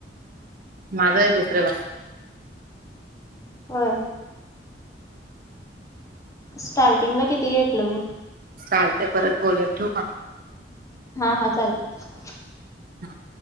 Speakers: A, on the right; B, on the left.
A: माझ आहे दुसर्या वार. आहे
B: होय स्टार्टिंगला किती घेतलं मग.
A: चालते परत बोलेत ठेक.
B: हा हा चालेल.
A: हम.